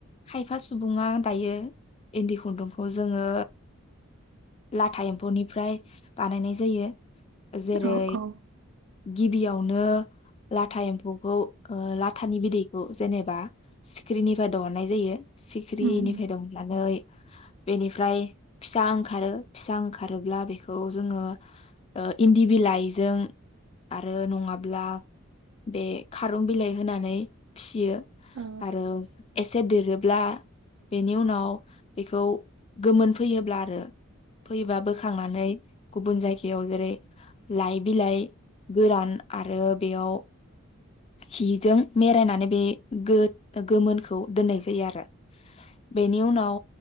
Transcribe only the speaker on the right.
औ औ
उम
औ